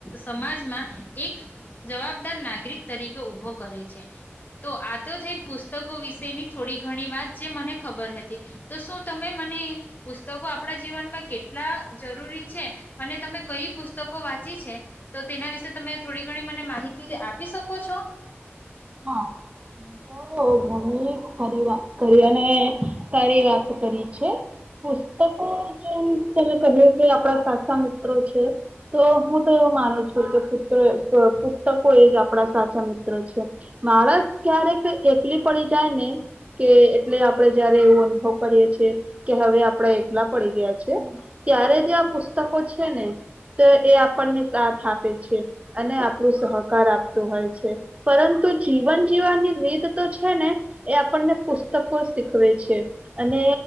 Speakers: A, on the left; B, on the right.
A: સમાજમાં એક જવાબદાર નાગરિક તરીકે ઉભો કરે છે. તો આ તો થઈ પુસ્તકો વિશેની થોડી ઘણી વાત જે મને ખબર હતી, તો શું તમે મને પુસ્તકો આપણા જીવનમાં કેટલા જરૂરી છે, અને તમે કઈ પુસ્તકો વાંચી છે તો તેના વિશે તમે થોડી ઘણી મને માહિતી આપી શકો છો?
B: હા, હું તો ઘણી સારી વાત કરી અને સારી વાત કરી છે. પુસ્તકો જેમ તમે કહ્યું કે આપડા સાચા મિત્રો છે, તો હું તો એવું માનું છું કે પુત્ર પુસ્તકો એ જ આપડા સાચા મિત્રો છે. માણસ ક્યારેક એકલી પડી જાય ને કે એટલે આપણે જયારે એવો અનુભવ કરીએ છીએ કે હવે આપડા એકલા પડી ગયા છે
A: હમ
B: ત્યારે જે આ પુસ્તકો છે ને તો એ આપણને સાથ આપ પે આપ છે. અને આપણું સહ કાર આપતું હોય છે, પરં તુ જીવન જીવવાની રીત તો છે ને એ આપણને પુસ્તકોજ શીખવે છે, અને